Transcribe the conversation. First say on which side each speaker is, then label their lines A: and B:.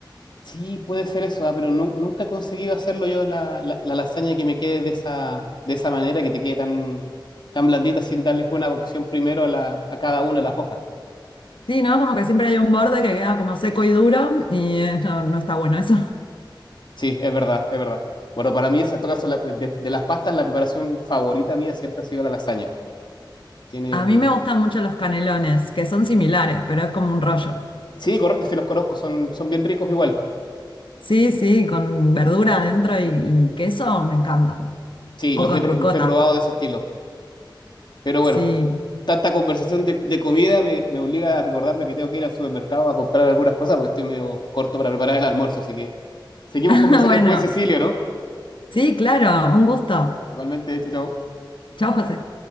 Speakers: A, on the left; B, on the left.
A: Sí, puede ser eso, ah, pero nu- nunca he conseguido hacerlo yo la, la- la lasaña que me quede de esa, de esa manera, que te quede tan, tan blandita sin darles una cocción primero a, la, a cada una de las hojas.
B: Sí, ¿no? Como que siempre hay un borde que queda como seco y duro y eh, no, no está bueno eso.
A: Sí, es verdad, es verdad. Bueno, para mí, en todo caso, la- de, de las pastas, la preparación favorita mía siempre ha sido la lasaña. Tiene
B: A
A: un...
B: mí me gustan mucho los canelones, que son similares, pero es como un rollo.
A: Sí, correcto, sí los conozco, son, son bien ricos igual.
B: Sí, sí, con verdura adentro y, y queso me encantan.
A: Sí,
B: O
A: los
B: con
A: he, pro-
B: ricota,
A: los he probado de ese estilo. Pero bueno,
B: sí.
A: tanta conversación de, de comida me, me obliga a recordarme que tengo que ir al supermercado a comprar algunas cosas porque estoy medio corto para preparar el almuerzo, así que... Seguimos
B: <laughs>
A: conversando
B: Bueno,
A: después, Cecilio, ¿no?
B: sí, claro, un gusto.
A: Igualmente, chao, chao.
B: Chao, José.